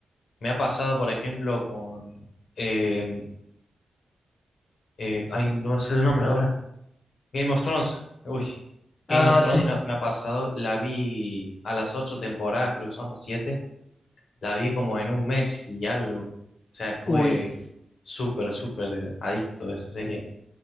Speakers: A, on the left (about 75°); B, on the left (about 45°).
A: Me ha pasado, por ejemplo, con... eh, eh, ay, no sé el nombre ahora. Game of Thrones. Uy,
B: Ah,
A: Game of Thrones
B: sí.
A: me ha, me ha pasado, la vi a las ocho temporadas, creo que son los siete, la vi como en un mes y algo. O sea, estuve
B: Uy,
A: súper, súper adicto a esa serie.